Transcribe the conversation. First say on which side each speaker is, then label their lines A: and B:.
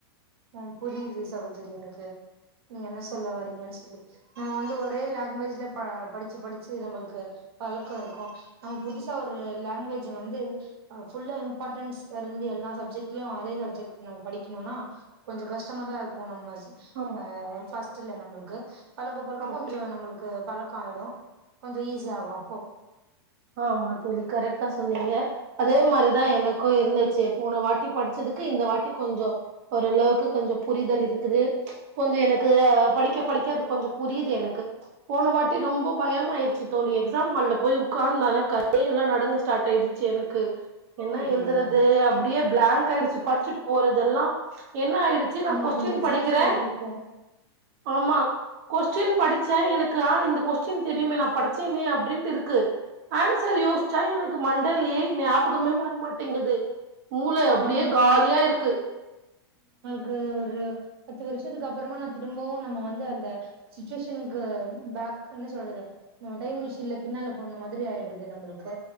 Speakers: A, on the right (about 65°); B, on the right (about 40°).
A: அ புரியுது சகோதரி எனக்கு நீங்க என்ன சொல்ல வரீங்கன்னு சொல்லி நம்ம வந்து ஒரே லாங்குவேஜ்ல ப படுச்சு படுச்சு நம்மளுக்கு பழக்கோ இருக்கு நம்ம புதுசா ஒரு லாங்குவேஜ் வந்தது ஃபுல்லா இம்பார்ட்டன்ஸ் இருந்து எல்லா சப்ஜெக்ட்லயு அதே சப்ஜெக்ட் நம்ம படிக்கணும்னா கொஞ்சொ கஷ்டமா தா இருக்கு நம்ம
B: ஆமா
A: ஹ ஃபஸ்ட் ல நம்மளுக்கு பழக பழக
B: ஆமா
A: கொஞ்ச நம்மளுக்கு பழக் ஆயிடு கொஞ்ச ஈஸி ஆகு அப்போ
B: ஆமா தோழி கரெக்டா சொன்னீங்க அதே மாரிதா எனக்கு இருந்துச்சு போன வாட்டி படுச்சது க்கு இந்த வாட்டி கொஞ்சொ ஓரளவுக்கு கொஞ்ச புரிதல் இருக்குது கொஞ்ச எனக்கு ஆ படிக்க படிக்க அது கொஞ்சம் புரியுது எனக்கு போன வாட்டி ரொம்ப பயம் ஆயிடுச்சு தோழி எக்ஸாம் ஹால்ல போய் உக்காந்தான கையெல்லா நடுங்க ஸ்டார்ட் ஆய்டுச்சு எனக்கு க்கு என்ன
A: ஐயையோ
B: எழுதுறது அப்டியே பிளாங்க் ஆயிடுச்சு படிச்சுட்டு போறதெல்லா என்ன ஆயிடுச்சு நா
A: ஆமா
B: கொஸ்டின்
A: கொஞ்சோ எக்ஸாம்
B: படிக்கிறே
A: ஃபியர் இருக்கு
B: ஆமா கொஸ்டின் படிச்சே எனக்கு ஆ இந்த கொஸ்டின் தெரியுமே நா படிச்சேனே அப்டின்ட்டு இருக்கு ஆன்சர் யோசிச்சா எனக்கு மண்டேலயே ஞாபகமே வரமாட்டேங்குது மூள
A: ஆமா
B: அப்டியே
A: நம்
B: காலியா இருக்கு
A: க ஒரு பத்து வருஷத்துக்கு அப்புறமா நா திரும்பவு நம்ம வந்து அந்தச் சுச்சுவேஷனுக்கு டக்குனு என்ன சொல்றது நம்ம டைம் மிஷின்ல பின்னால போன மாதிரி ஆயிடுது நம்புளுக்கு